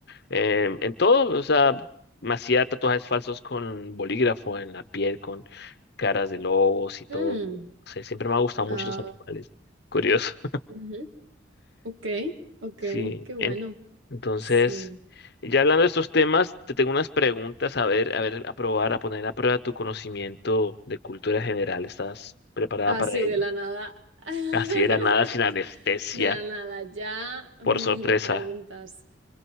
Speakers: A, on the left; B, on the right.
A: em, en todo. O sea, me hacía tatuajes falsos con bolígrafo en la piel, con caras de lobos y todo.
B: mm,
A: O sea, siempre me ha gustado
B: ah,
A: mucho los animales. Curioso. <laughs>
B: ujú. Ok, ok,
A: Sí.
B: qué bueno.
A: en- entonces,
B: Sí.
A: ya hablando de estos temas, te tengo unas preguntas a ver, a ver, a probar, a poner a prueba tu conocimiento de cultura general. ¿Estás preparada
B: Ah,
A: para
B: sí,
A: ello?
B: de la nada. <laughs>
A: Así era nada sin anestesia,
B: De la nada, ya mm,
A: por sorpresa.
B: preguntas.